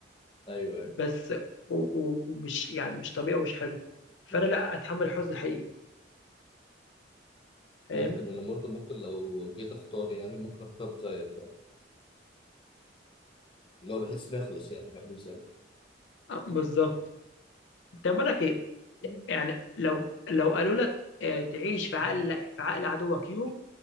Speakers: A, on the left; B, on the left.
A: ايوه ايوه
B: بس و- ومش يعني مش طبيعي ومش حلو فانا
A: مم.
B: لا اتحمل الحزن الحقيقي فاهم
A: ممكن انا برضه ممكن لو جيت اختار يعني ممكن اختار زيك يعني اللي هو بحس نخلص يعني فاهم ازاي
B: آه، بالظبط طب بقول لك ايه
A: مم.
B: يعني لو لو قالوا لك آه، تعيش في عقل في عقل عدوك يوم